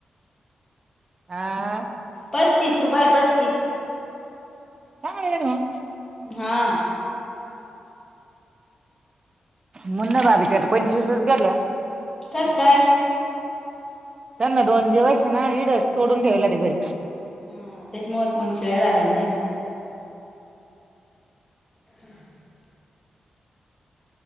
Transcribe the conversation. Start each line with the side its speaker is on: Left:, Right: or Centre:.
Right: हा.
Left: पस्तीस रुपये पस्तीस.
Right: चांगला गेला मग.
Left: हा.
Right: मुन्ना बाबीच्या पंचवीसच गेल्या.
Left: कस काय.
Right: त्यांना दोन दिवस ना इड तोडून ठेवेल होत्या घरी.
Left: ह त्याच्यामुळच मग शिळ्या झाल्या न त्या्. <inaudible>